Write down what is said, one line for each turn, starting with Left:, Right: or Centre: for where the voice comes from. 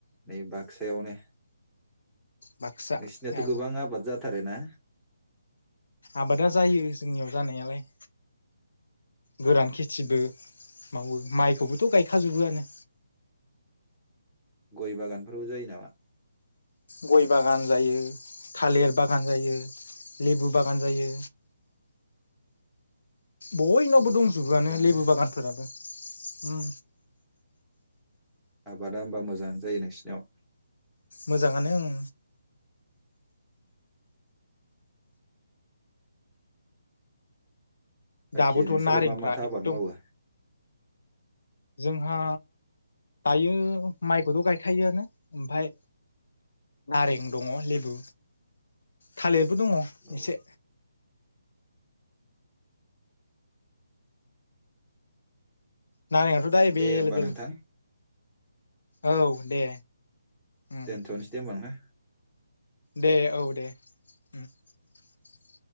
Centre: नै बाक्सायावनो
Left: बाक्सा
Centre: नोंसिनियाथ'
Left: ए
Centre: गोबां आबाद जा थारो ना
Left: आबादा जायो जोंनियाव जानायालाय गोरान खेथिबो मावो माइखौबोथ' गायखाजोबोआनो
Centre: गय बागानफोरबो जायो नामा?
Left: गय बागान जायो थालिर बागान जायो लेबु बागान जायो बयनावबो दंजोबोआनो
Centre: मोजाङानो
Left: लेबु बागानफोराबो <unintelligible> उम
Centre: आबादा होमबा मोजाङानो जायो नोंसिनियाव
Left: मोजाङानो ओं
Centre: बाखि
Left: दाबोथ'
Centre: नोंसोरलाय
Left: नारेंफ्रा
Centre: मा माथो
Left: एकदम
Centre: आबाद मावो
Left: जोंहा दायो माइखौथ' गायखायोआनो ओमफाय नारें दङ लेबु थालिरबो दङ
Centre: औ
Left: एसे नारेंआथ' दा एबे
Centre: दे होमबा
Left: लेबेल
Centre: नोंथां
Left: औ दे ओम
Centre: दोनथ'नोसै
Left: दे
Centre: होमबा ना
Left: दे औ दे <unintelligible>